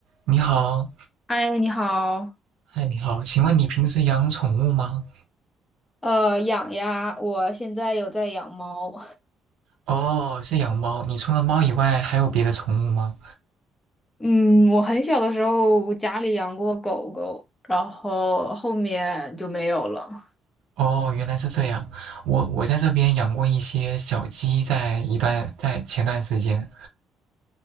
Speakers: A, on the right; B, on the left.
A: 你好，
B: 嗨，你好。
A: 嗨，你好，请问你平时养宠物吗？
B: 呃，养呀，我现在有在养猫。
A: 哦，是养猫。你除了猫以外，还有别的宠物吗？
B: 嗯，我很小的时候家里养过狗狗，然后后面就没有了。
A: 哦，原来是这样。我我在这边养过一些小鸡，在一段在前段时间，